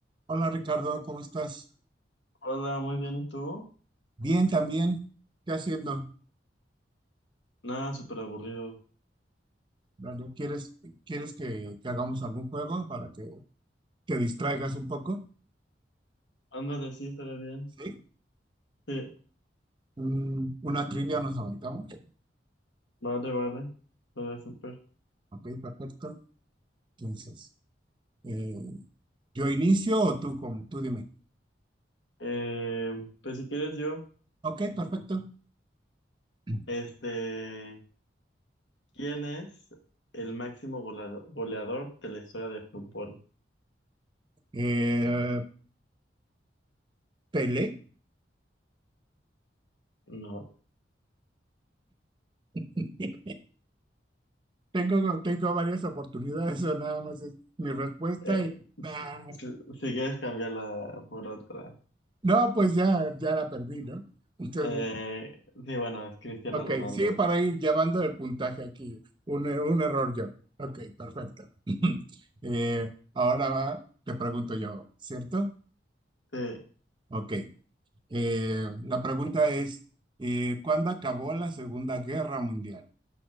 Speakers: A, on the right (about 25°); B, on the left (about 75°).
A: Hola Ricardo, ¿cómo estás?
B: Hola, muy bien, ¿y tú?
A: Bien también. ¿Qué haciendo?
B: Nada, súper aburrido.
A: Bueno, ¿quieres, quieres que, que hagamos algún juego para que te distraigas un poco?
B: Ándale, sí, estaría bien.
A: ¿Sí?
B: Sí,
A: Un- una trivia nos aventamos.
B: vale, vale. Estaría súper.
A: Ok, perfecto. Entonces, eh, ¿yo inicio o tú, como, tú dime?
B: Eh, pues si quieres yo,
A: Ok, perfecto. <clears throat>
B: este, ¿quién es el máximo goleador, goleador de la historia de fútbol?
A: Eh, Pelé.
B: No.
A: <laughs> Tengo, tengo varias oportunidades o nada más es mi respuesta
B: eh,
A: y...
B: s-
A: ah,
B: s- si, quieres cambiarla por otra.
A: no, pues ya, ya la perdí, ¿no? Entonces...
B: Eh, sí, bueno, es Cristiano
A: Ok,
B: Ronaldo.
A: sí, para ir llevando el puntaje aquí. Un, e- un error yo. Ok, perfecto. <clears throat> <laughs> Eh, ahora va- te pregunto yo, ¿cierto?
B: Sí.
A: Ok. Eh, la pregunta es, eh, ¿cuándo acabó la Segunda Guerra Mundial?